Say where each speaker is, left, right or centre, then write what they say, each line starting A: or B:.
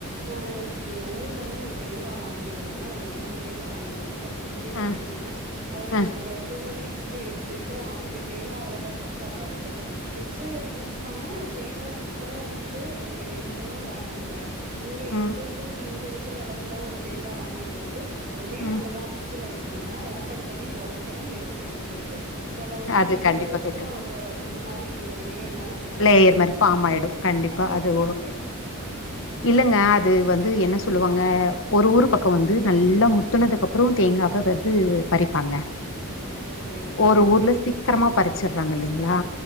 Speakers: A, on the right (about 40°); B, on the left (about 60°).
A: நானு எங்க ஊர்லந்து நா தேங்கா வாங்கிட்டு வந்தன்னா ஒரு மூணு தேங்கா வாங்கிட்டு வந்தன ஃப்ரிட்ஜ்லே தா
B: ஆ
A: வச்சிந்த ஒரு
B: ஆ
A: ஒரு டூ வீக் க்ஸ்கு கிட்ட ஆச்சு எனக்கு தேங்கா அவ்ளவா யூஸ் ஆகாது பட் வச்சு யூஸ்
B: ம்
A: பண்ண தேங்கா சூப்பரா இர்ந்துச்சு ரெண்
B: ம்
A: மூணூ காலி பண்டே இங்க
B: ம்
A: எங்க ஊருக்கு இங்கருக் க்ற எடத்துல ஒரு தேங்கா வாங்கிட்டு வந்து ஒன்னே
B: ம்.
A: ஒன்னு தா ஃப்ரிட்ஜ்ல வச் சிர்ந்த ஓபன் பண்ணி ஒடைக்கிற நேத்து கெட்டு போச்சு அந்த ஒரு மாரி
B: அது
A: எல்லோயிஷ்ஷா
B: கண்டிப்பா கெட்டுடுங்க
A: ஒரு இது மாரி ஒரு லேயர் மாரி ஃபார்ம்
B: லேயர்
A: ஆயிர்ந்த்சாடி
B: மாரி ஃபார்ம் ஆயிடு கண்டிப்பா
A: அது எப்டின்னே
B: ஒ
A: தெர்
B: இல்லங்க அது வந்து என் ந சொல்லுவாங்க ஒரு ஊர் பக்கோ வந்து நல்லா முத்துனதுக்கப்றோ தேங்காவ வது பறிப்பாங்க
A: ஓகே ஓகே ஆ
B: ஒரு ஊர்ல சீக்ரமா பறிச்சிர்றாங்க இல்லைங்ளா